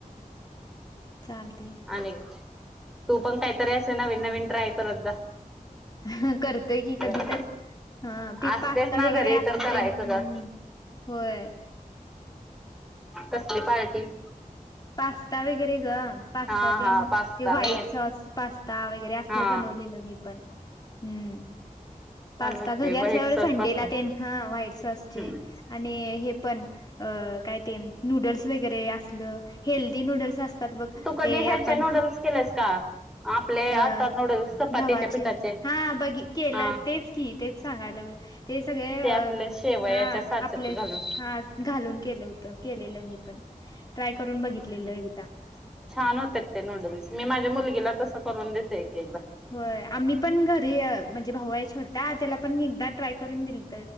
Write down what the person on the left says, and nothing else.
चालतय.
हं करतोय की कधीतर
हं ते
पास्ता
वगैरे
असल
ते हम्म
होय
पास्ता वगैरे गं पास्ता
तेन
ते व्हाईट
सॉस पास्ता वगैरे असल
बनवलेलं मी. पण हम्म
पास्ता
घरी
असल्यावर
संडेला
ते ह व्हाईट सॉस ते.
आणि हे पण अ काय ते नूडल्स वगैरे असलं हेल्दी नूडल्स असतात बघ
ते
आपण
अ
गव्हाचे
हा बघी केलं
तेच. की तेच सांगायलो ते सगळे
हां
आपले
हां घालून केलं होत केलेलं मी पण <unintelligible> बघितलेलं
एकदा
होय आम्ही पण घरी म्हणजे भाऊ आहे छोटा त्याला पण मी एकदा ट्राय करून दिलत